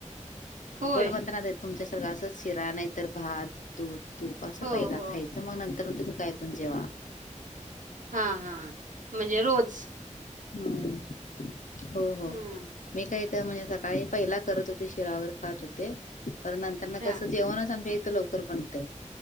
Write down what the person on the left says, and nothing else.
गोड म्हणताना द तुमच्यासारखा असच शिरा नाही तर भात, दूध, तूप असं
पहिला
खायचं मग नंतर तुम्ही काय पण जेवा.
हम्म, हो हो,
मी काही तर म्हणजे काळी पहिला करत होते शिरा वगैरे खात होते, पण नंतरन
कसं जेवणच आमच्या इथं लव कर बनतय,